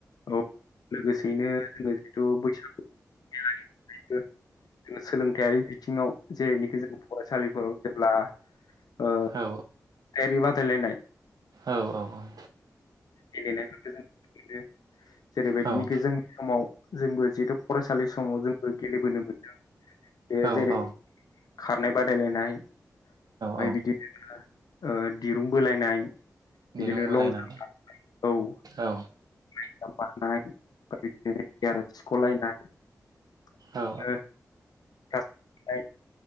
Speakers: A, on the left; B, on the right.
A: औ लोगोसेयैनो जोङो जिथु बैसागु मेलानि जों सोलोंथायारि बिथिङाव जेरैनोखि जों फरायसालिफोराव जेब्ला ओ सायरि
B: औ
A: बादायलायनाय
B: औ औ औ
A: गेलेनायफोरखौ जों नुनो मोनो जेरै बायदिनिखो
B: औ
A: जोंनि समाव जोंबो जिहेतु फरायसालि समाव जों गेलेबोनो मोनदों ए
B: औ
A: जेरै
B: औ
A: खारनाय बादायलायनाय ओमफाय
B: औ
A: बिदिनो जोङो ओह दिरुं बोलायनाय बिदिनो
B: दिरुं बोलायनाय
A: लं जाम बारनाय औ लं
B: औ
A: जाम बारनाय ओमफ्राय बिदिनो सियार सिख'लायनाय
B: औ
A: खास बुनाय